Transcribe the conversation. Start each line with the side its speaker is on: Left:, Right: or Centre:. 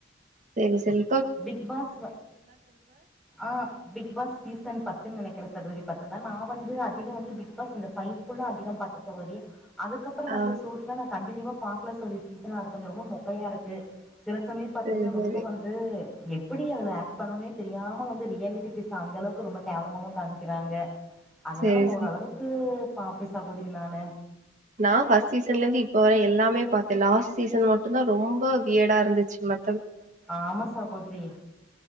Right: சேரி சேரி
Centre: பிக் பாஸ் ஆ பிக் பாஸ் சீசன் பத்துனு நெனக்குறே சகோதரி பத்து நா வந்து அதிக வந்து பிக் பாஸ் அந்த ஃபைவ் குள்ள அதிகம் பாத்தே சகோதரி அதுக்கப்பறோ
Right: ஆ
Centre: வந்த ஷோஸ்ல்லா நா கண்டினியூவா பாக்கல தோழி சீசனா அது கொஞ்ச ரொம்ப மொக்கையா இருக்கு சில சமய பாத்தீங்கனா
Right: சரி
Centre: ரொம்ப
Right: சரி
Centre: வந்து எப்டி அதுல ஆக்ட் பண்ணுனே தெரியாம வந்து ரியாலிட்டி பேஸ் அந்த அளவுக்கு ரொம்ப கேவலமாவு காமிக்குறாங்க அதனால
Right: சரி
Centre: ஓரளவுக்கு பாப்பே சகோதரி நானு
Right: நா பஸ்ட் சீசன்ல இருந்து இப்ப வர எல்லாமே பாத்தே லாஸ்ட் சீசன் மட்டுந்தா ரொம்ப வியடா இருந்துச்சு ம
Centre: ஆமா சகோதரி